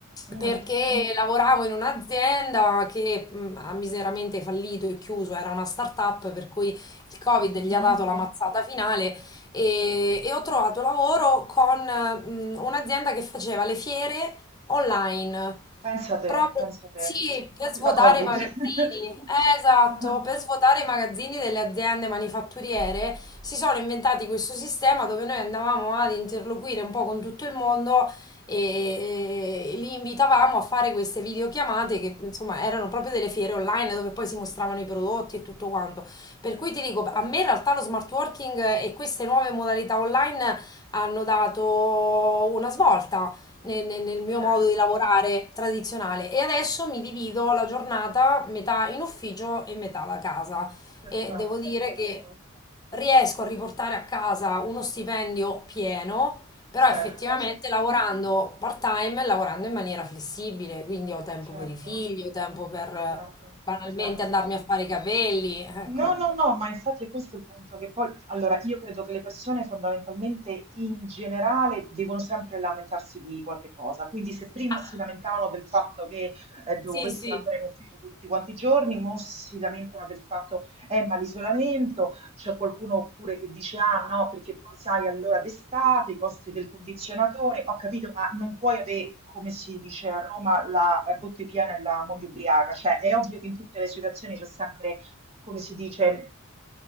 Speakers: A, on the right; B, on the left.
A: Mm.
B: perché lavoravo in un'azienda che mh, ha miseramente fallito e chiuso, era una startup per cui il Covid
A: Mhm.
B: gli ha dato la mazzata finale e, e ho trovato lavoro con eh, mh, un'azienda che faceva le fiere online,
A: Pensa te,
B: proprio
A: pensa te,
B: sì, per
A: proprio
B: svuotare
A: da Covid.
B: i magazzini.
A: <laughs>
B: Eh, esatto,
A: Ah,
B: per svuotare i magazzini delle aziende manifatturiere si sono inventati questo sistema dove noi andavamo ad interloquire un po' con tutto il mondo e, e li invitavamo a fare queste videochiamate che insomma erano proprio delle fiere online dove poi si mostravano i prodotti e tutto quanto. Per
A: Pensa
B: cui ti dico,
A: te.
B: a me in realtà lo smart working e queste nuove modalità online hanno dato una svolta nel, nel- nel mio
A: Eh,
B: modo di lavorare tradizionale e adesso mi divido la giornata metà in ufficio e metà da casa
A: perfetto,
B: e devo dire
A: perfetto.
B: che riesco a riportare a casa uno stipendio pieno, però
A: Certo,
B: effettivamente lavorando part-time, lavorando in maniera flessibile, quindi ho tempo
A: certo,
B: per i figli, ho tempo per
A: esatto,
B: eh, banalmente
A: esatto.
B: andarmi a fare i capelli, ecco.
A: No, no, no, ma infatti è questo è il punto, che poi, allora, io credo che le persone fondamentalmente in generale devono sempre lamentarsi di qualche cosa, quindi se prima
B: Ah,
A: si lamentavano del fatto che eh, dovessero
B: sì, sì.
A: andare in ufficio tutti quanti i giorni, mo si lamentano del fatto, eh, ma l'isolamento, c'è qualcuno oppure che dice, ah no, perché poi sai, allora d'estate, i costi del condizionatore, ho capito, ma non puoi avere... Come si dice a Roma, la eh, botte piena e la moglie ubriaca, cioè è ovvio che in tutte le situazioni c'è sempre come si dice,